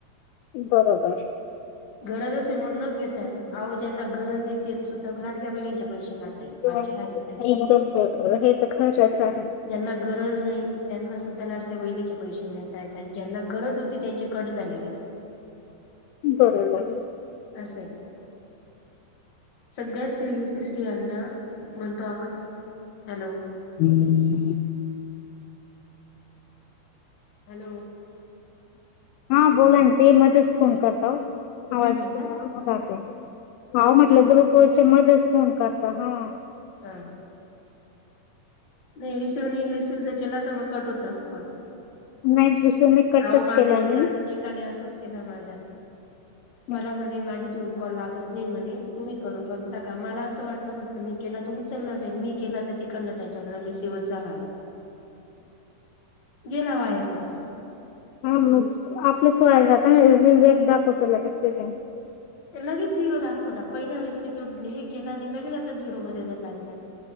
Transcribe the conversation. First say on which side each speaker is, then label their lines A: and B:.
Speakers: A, on the left; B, on the left.
A: बरोबर.
B: गरज असेल म्हणूनच घेताय ना? आवो ज्यांना गरज नाही, ते सुद्धा लाडक्या बहिणींचे पैसे खाताय. बाकी
A: एकदम
B: हाय कुठे
A: बरोबर, हे तर खरंच आहे.
B: ज्यांना गरज नाही, त्यांना सुद्धा लाडक्या बहिणीचे पैसे मिळताहेत. आणि ज्यांना गरज होती त्यांच्या कट झालेलेयेत.
A: बरोबर
B: असये सगळ्या स्त्री स्त्रियांना म्हणतो आपण हॅलो
A: <inaudible>
B: हॅलो.
A: हा बोला ना, ते मध्येच फोन करता ओ आवाज
B: काय म्हणता
A: जातो आवो म्हटलं, ग्रुपवरचे मध्येच फोन करता हा.
B: <inaudible> नही रिसीव्ह नही रिसीव जर केला तर मग कट होतो हं कॉल.
A: नाही रिसिव्ह नाही कटच
B: आवो माझा
A: केला
B: एका
A: मी.
B: एकाने असंच केला माझा.
A: <inaudible>
B: मला म्हणे माझे दोन कॉल लागत नाही म्हणे, तुम्ही करून बघता का? मला असं वाटलं म्हटलं मी केला तर उचलला जाईल, मी केला तर तिकडनं त्यांच्याकडे रीसिवच झाला नही. गेला वाया तो पण.
A: हं मग आपलाच वाया जाता ना, रिरेट दाखवतो लगेच सेकद.
B: लगेच झिरो दाखवला, पहिल्या वेळेस मी तो हे केला आणि लगेच आता झिरोमध्ये जर लागला तो.